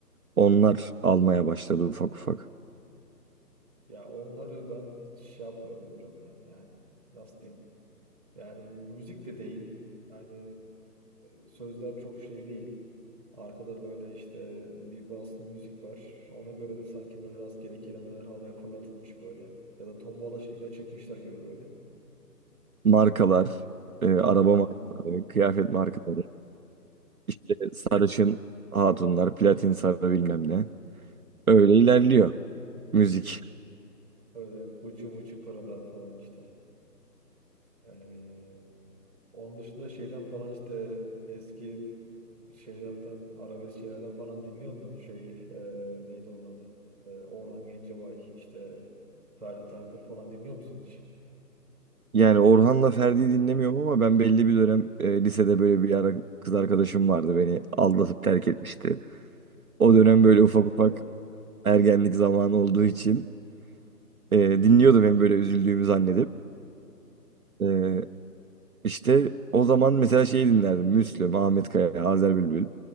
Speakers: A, on the right; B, in the centre.
A: Onlar almaya başladı ufak ufak.
B: Ya onları ben hiç şey yapmıyorum hocam ya. Yani nasıl diyeyim? Yani müzik de değil. Yani e, sözler çok şey değil. Arkada böyle işte bir bastı müzik var. Ona göre de sanki böyle rastgele kelimeler havaya fırlatılmış böyle. Ya da tombala şeyine çekmişler gibi böyle.
A: markalar, e, araba
B: Aa,
A: markaları, kıyafet markaları, işte sarışın hatunlar, platin sarı bilmem ne. Öyle ilerliyor müzik.
B: öyle uçu muçu pırada falan işte. Ee, Onun dışında şeyden falan işte eski şeylerden, arabesk şeylerden falan dinliyor musun? Şey e, neydi onun adı? E, Orhan Gencebay, işte Ferdi Tayfur falan dinliyor musun hiç?
A: Yani Orhan'la Ferdi'yi dinlemiyorum ama ben belli bir dönem e, lisede böyle bir ara kız arkadaşım vardı beni aldatıp terk etmişti. O dönem böyle ufak
B: Yapma
A: ufak
B: be.
A: ergenlik zamanı olduğu için e, dinliyordum hem böyle üzüldüğümü zannedip. E, İşte o zaman mesela şeyi dinlerdim. Müslüm, Ahmet Kaya, Azer Bülbül.